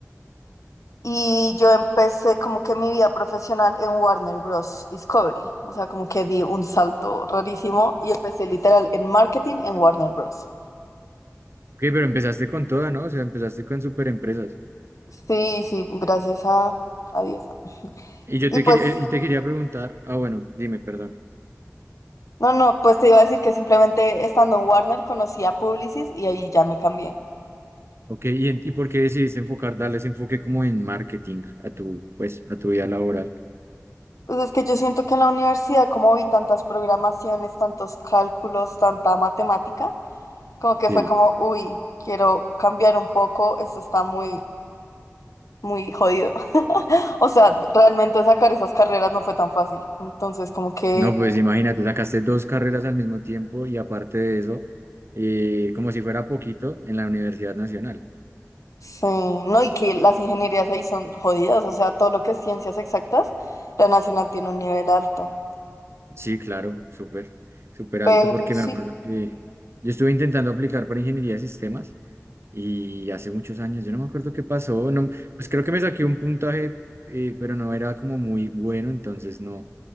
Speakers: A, on the left; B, on the right.
A: y yo empecé como que mi vida profesional en Warner Bros. Discovery, o sea, como que di un salto rarísimo y empecé literal en marketing en Warner Bros.
B: Ok, pero empezaste con toda, ¿no? O sea, empezaste con super empresas.
A: Sí, sí, gracias a, a Dios.
B: Y yo
A: Y
B: te
A: pues,
B: quería, eh, y te quería preguntar, ah, bueno, dime, perdón.
A: no, no, pues te iba a decir que simplemente estando en Warner conocí a Publicis y ahí ya me cambié.
B: Ok, ¿y, en- y por qué decidiste enfocar, darle ese enfoque como en marketing a tu, pues, a tu vida laboral?
A: Pues es que yo siento que en la universidad, como vi tantas programaciones, tantos cálculos, tanta matemática, Como que
B: Sí.
A: fue como, uy, quiero cambiar un poco, esto está muy, muy jodido. <laughs> O sea, realmente sacar esas carreras no fue tan fácil. Entonces, como que,
B: No, pues imagínate, sacaste dos carreras al mismo tiempo y aparte de eso, eh, como si fuera poquito en la Universidad Nacional.
A: sí, no, y que las ingenierías ahí son jodidas, o sea, todo lo que es ciencias exactas, la nacional tiene un nivel alto.
B: Sí, claro, súper, súper
A: Pero
B: alto porque
A: sí,
B: me acuerdo que yo estuve intentando aplicar para ingeniería de sistemas y hace muchos años, yo no me acuerdo qué pasó, no, pues creo que me saqué un puntaje, eh, pero no era como muy bueno, entonces no,